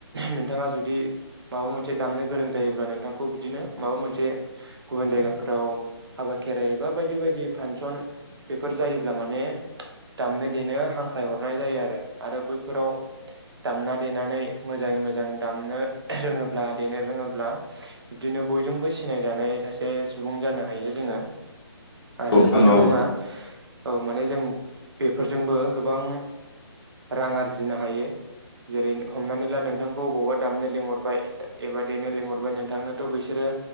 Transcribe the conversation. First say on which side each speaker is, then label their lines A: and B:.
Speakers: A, on the right; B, on the left.
A: नोंथाङा जुदि माबा मोनसे दामनो गोरों जायोब्ला नोंथांखौ बिदिनो माबा मोनसे गुबुन जायगाफोराव हाबा खेराइ बा बायदि बायदि फांसन बेफोर जायोब्ला माने दामनो देनो हांख्रायहरनाय जायो आरो आरो बैफोराव दामना देनानै मोजां मोजां दामनो रोङोब्ला देनो रोङोब्ला बिनो बयजों सिनाय जानाय सा से सुबुं जानो हायो जोङो
B: औ
A: आरो
B: नोंथां
A: बेल'
B: औ
A: नङा औ माने जों बेफोरजोंबो गोबां रां आरजिनो हायो। जेरै हमनानै ला नोंथांखौ बबावबा दामनो लिंहरबाय एबा देनो लिंहरबाय नोंथांनोथ' बिसोरो